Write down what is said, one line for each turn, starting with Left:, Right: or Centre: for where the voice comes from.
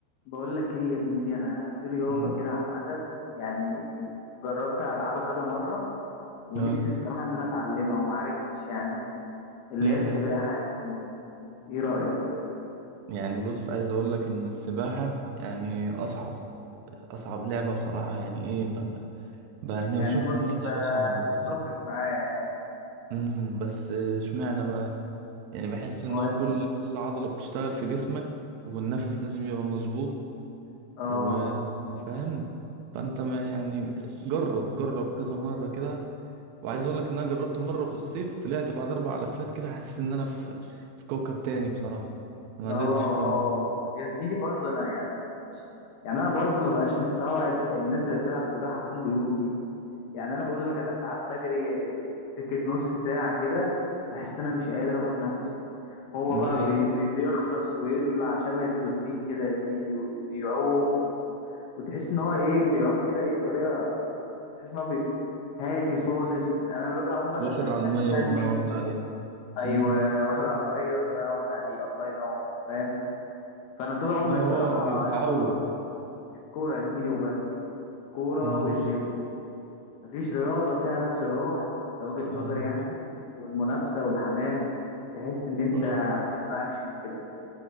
Left: بقول لك ايه يا زميلي انا في رياضه
Right: مم.
Left: كده عامه يعني جربت العبها كذا مره ونفسي
Right: اه
Left: الصراحه ان انا اتعلمها وما عرفتش يعني اللي
Right: ايه
Left: هي السباحه
Right: هي
Left: يا زميلي ايه رايك
Right: يعني بص عايز اقول لك ان السباحة يعني اصعب اصعب لعبة بصراحة يعني ايه بقى, بقى انا
Left: يعني
Right: بشوفها
Left: برضه
Right: ان
Left: انت
Right: هي لعبة صعبة
Left: متفق
Right: بصراحة
Left: معايا يعني
Right: امم بس اشمعنى بقى يعني بحس ان
Left: ما هو
Right: هو كل كل عضلة بتشتغل في جسمك والنفس لازم يبقى مظبوط
Left: اه
Right: وفاهم فانت ما يعني جرب جرب كذا مرة كده وعايز اقول لك ان انا جربت مرة في الصيف طلعت بعد اربع لفات كده حسيت ان انا في في كوكب تاني بصراحة ما
Left: اه
Right: قدرتش
Left: اه
Right: اكمل
Left: يا زميلي برضه انا يعني يعني انا برضه ما بقاش مستوعب الناس اللي بتلعب سباحه كل يوم دي يعني انا بقول لك انا ساعات بجري يعني سكه نص ساعه كده بحس ان انا مش قادر اخد نفسي هو
Right: دي
Left: بقى
Right: حقيقة
Left: بي بي- بيغطس ويطلع شبه الدولفين كده يا زميلي وي- ويعوم وتحس ان هو ايه بيعوم كده ايه بطريقه تحس ان هو بي- هادي خالص انا لما باجي اعوم مثلا
Right: واخد
Left: بحس
Right: على
Left: ان
Right: المية
Left: انا متشنج
Right: والمية واخدة عليه
Left: ايوه
Right: مم.
Left: واخد على الميه والميه واخده عليه الله ينور فاهم فانا طول عمري
Right: ما
Left: الصراحه
Right: هو بيبقى تعود
Left: الكوره الكوره يا زميلي وبس كوره
Right: مم.
Left: والجيم مفيش رياضة فيها نفس الروح ده وجهة
Right: آه.
Left: نظري يعني والمنافسة والحماس تحس إن أنت
Right: اه
Left: في فيلم أكشن كده